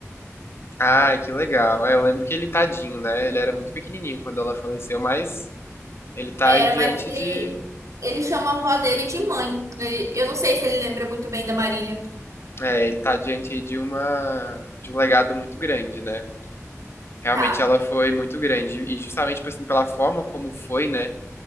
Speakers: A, on the left; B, on the right.
A: Ai, que legal. É, eu lembro que ele tadinho, né? Ele era muito pequenininho quando ela faleceu, mas ele tá
B: Era,
A: aí diante
B: mas ele,
A: de...
B: ele chama a avó dele de mãe. Ele- eu não sei se ele lembra muito bem da Marília.
A: É, ele tá diante aí de uma... de um legado muito grande, né? Realmente
B: Tá.
A: ela foi muito grande. E justamente, tipo assim, pela forma como foi, né?